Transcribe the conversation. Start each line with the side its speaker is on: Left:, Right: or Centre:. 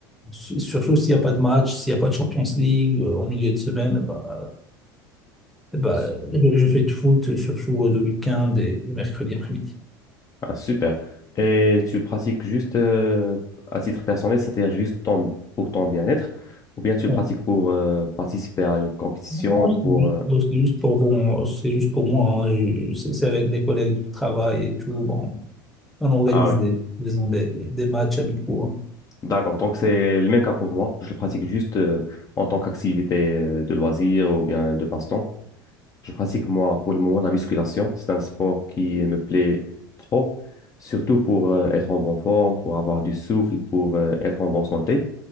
Centre: su- Surtout s'il n'y a pas de match, s'il n'y a pas de Champions League euh, en milieu de semaine, bah, eh bah,
Left: Su-
Centre: je, je fais du foot, surtout euh, le week-end et le mercredi après-midi.
Left: Ah, super. Et tu pratiques juste euh, à titre personnel, c'est-à-dire juste ton- pour ton bien-être ou bien tu
Centre: Bon,
Left: pratiques pour euh, participer à une compétition
Centre: Non, c'est
Left: pour...
Centre: juste
Left: euh,
Centre: pour c'est juste pour- bon, c'est juste pour moi. hein. Je- C'est c'est avec les collègues du travail et tout. Bon, on organise
Left: ah oui.
Centre: des, disons, des, des matchs amicaux. hein.
Left: D'accord, donc c'est le même cas pour moi. Je le pratique juste euh, en tant qu'activité euh, de loisir ou bien de passe-temps. Je pratique moi pour le moment la musculation. C'est un sport qui me plaît trop, surtout pour euh, être en bonne forme, pour avoir du souffle, pour euh, être en bonne santé.